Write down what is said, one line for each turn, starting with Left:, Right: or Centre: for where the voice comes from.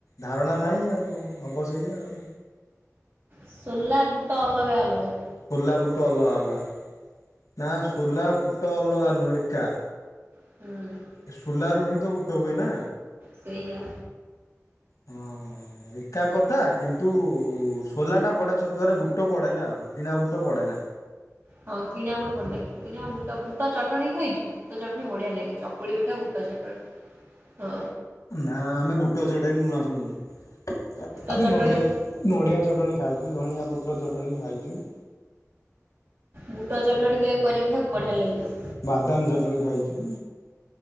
Left: ଧାରଣା ନାହିଁ ଆଉ ହବ ସେଇ ଆଉ।
Right: ସୋଲା ବୁଟ ଅଲଗା ଅଲଗା।
Left: ସୋଲା ବୁଟ ଅଲଗା ହେଲା ନା ସୋଲା ବୁଟ ଅଲଗା ନୁହେଁ ଏକା।
Right: ହୁଁ।
Left: ଏ ସୋଲାରୁ ହିଁ ତ ବୁଟ ହୁଏ ନା।
Right: ସେଇଆ
Left: ହଁ। ଏକା କଥା କିନ୍ତୁ ସୋଲାଟା ପଡ଼େ ଛତୁଆରେ ବୁଟ ପଡ଼େନା ଆଉ କିଣା ବୁଟ ପଡ଼େନା।
Right: ହଁ କିଣା ବୁଟ ପଡେନା କିଣା ବୁଟ ବୁଟ ଚଟଣି ଖାଇଛୁ ବୁଟ ଚଟଣି ବଢିଆ ଲାଗେ। ଚକୁଳି ପିଠା ବୁଟ ଚଟଣି ହଁ।
Left: ନା ଆମେ ବୁଟଛରଟା ନୂଆ ଶୁଣିଲୁ
Right: ବୁଟ
Left: ଆମେ
Right: ଚଟଣି
Left: ନଡିଆ ନଡ଼ିଆ ଚଟଣି ଖାଇଛୁ ଧଣିଆ ପତ୍ର ଚଟଣି ଖାଇଛୁ।
Right: ବୁଟ ଚଟଣି କେବେ କରିକି ଖାଅ ବଢ଼ିଆ ଲାଗିବ?
Left: ବାଦାମ ଚଟଣି ଖାଇଛୁ।